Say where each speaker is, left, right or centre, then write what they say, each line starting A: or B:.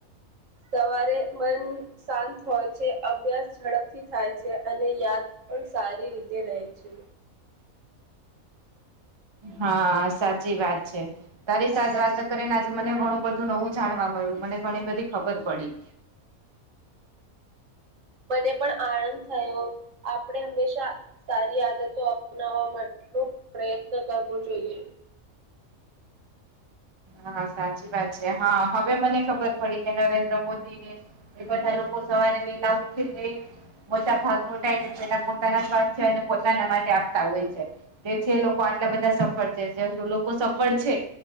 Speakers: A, on the right; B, on the right.
A: સવારે મન. શાંત હોય છે અભ્યાસ ઝડપથી થાય છે અને યાદ. પણ સારી રીતે રહે છે.
B: હા સાચી વાત છે. તારી સા વાત કરીને આજે મને ઘણું બધું નવું જાણવા મળ્યું મને ઘણી બધી ખબર પડી.
A: હ મને પણ આનંદ થયો આપણે હંમેશા. સારી આદતો અપનાવવા માટે ન પ્રયત્ન કરવો જોઈએ.
B: હા સાચી વાત છે હા હવે મને ખબર પડી કે નરેન્દ્ર મોદી ને. એ બધા લોકો સવારે વેલા ઉઠી જઈ. મોટા ભાગ નટાયને તેના પોતાના સ્થ પોતાના માટે આપતા હોય છે. તેથી લોકો આટલા બધા સફળ છે જે લોકો સફળ છે.